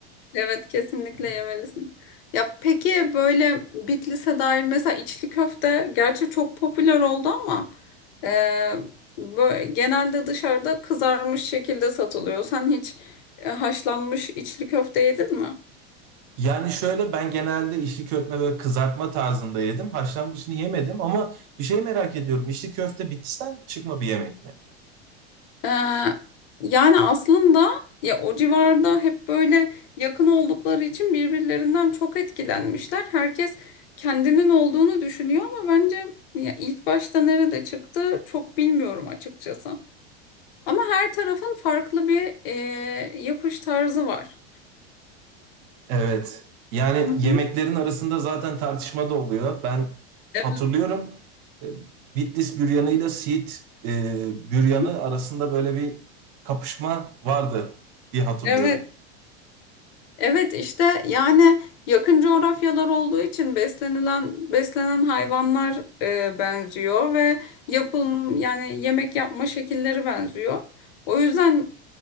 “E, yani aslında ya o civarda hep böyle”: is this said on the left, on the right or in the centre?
Left